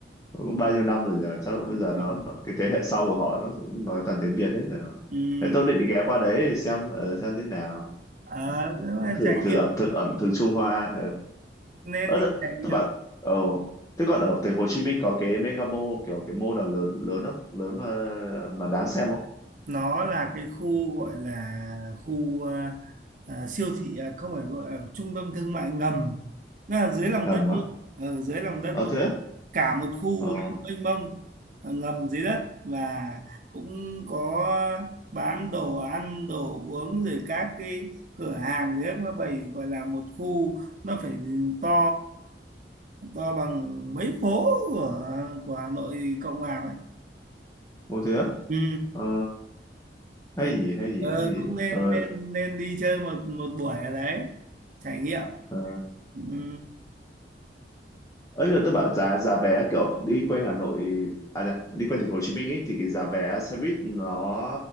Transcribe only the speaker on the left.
cũng bao nhiêu năm rồi nhờ chắc
bây giờ
nó, nó cái thế hệ sau của họ nó cũng nói toàn tiếng Việt hết rồi
thế tôi định ghé qua đấy để xem ờ, xem thế nào
muốn
thử
thử
ẩm thực ẩm thực Trung Hoa
ờ
uh.
tôi bảo ồ thế còn ở thành phố Hồ Chí Minh có cái mega mall kiểu cái mall nào lớn lớn không lớn mà mà đáng xem không
ngầm
á
ờ
thế á
ờ
ô thế á
ờ hay
gì hay gì
hay gì
ờ
ờ
Ờ, nhưng mà tôi bảo giá giá vé kiểu đi quanh Hà Nội à nhờ, đi quanh thành phố Hồ Chí Minh ấy thì cái giá vé xe buýt nó